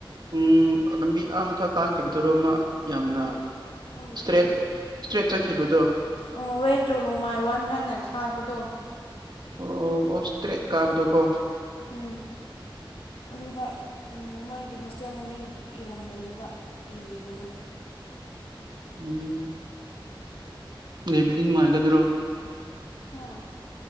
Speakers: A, on the right; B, on the left.
A: ꯎꯝ ꯂꯝꯕꯤ ꯑ ꯃꯊꯛ ꯀꯥꯈꯤꯕꯗꯨꯔꯣ ꯑꯃ ꯌꯥꯝꯅ
B: ꯑꯥ ꯎꯝ
A: ꯏꯁꯇ꯭ꯔꯦꯠ ꯏꯁꯇ꯭ꯔꯦꯠ ꯆꯠꯈꯤꯕꯗꯣ
B: ꯎꯝ ꯋꯦ ꯇꯨ ꯅꯣꯡꯃꯥꯏ ꯋꯥꯟ ꯍꯥꯏꯅ ꯊꯥꯕꯗꯣ
A: ꯑꯣ ꯑꯣ ꯏꯁꯇ꯭ꯔꯦꯠ ꯀꯥꯕꯗꯨꯀꯣ
B: ꯎꯝ ꯑꯗꯨꯗ ꯃꯣꯏꯒꯤ ꯍꯣꯁꯇꯦꯜ ꯃꯃꯤꯡ ꯏꯔꯝꯒꯅꯦꯕ ꯏꯕꯅꯦ
A: ꯎꯝ ꯂꯩꯕꯗꯤ ꯅꯨꯡꯉꯥꯏꯒꯗ꯭ꯔꯣ
B: ꯍꯥꯥ